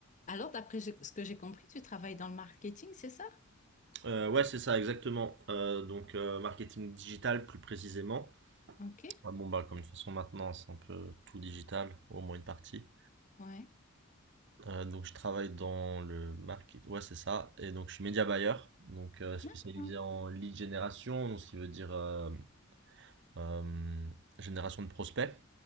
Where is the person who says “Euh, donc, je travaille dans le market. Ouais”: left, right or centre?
Right